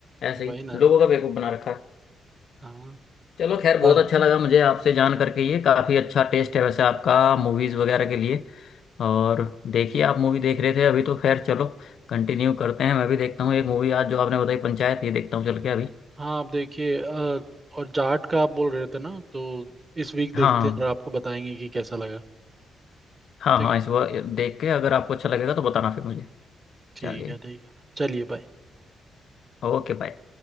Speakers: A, on the left; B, on the right.
A: ऐसे
B: है वही
A: ही
B: ना
A: लोगों का बेवकूफ बना रखा है
B: हाँ
A: चलो खैर
B: बस
A: बहुत अच्छा लगा मुझे आपसे जान करके ये काफी अच्छा टेस्ट है वैसे आपका मूवीज वगैरह के लिए और देखिए आप मूवी देख रहे थे अभी तो खैर चलो कंटिन्यू करते हैं मैं भी देखता हूँ एक मूवी आज जो आपने बताई पंचायत ये देखता हूँ चल के अभी
B: हाँ आप देखिए अ, और जाट का आप बोल रहे थे ना तो इस वीक
A: हाँ
B: देखते हैं और आपको बताएंगे कि कैसा लगा
A: हाँ
B: ठीक
A: हाँ
B: है
A: इस बार देख के अगर आपको अच्छा लगेगा तो बताना फिर मुझे
B: ठीक
A: चलिए
B: है ठीक है चलिए बाय
A: Okay bye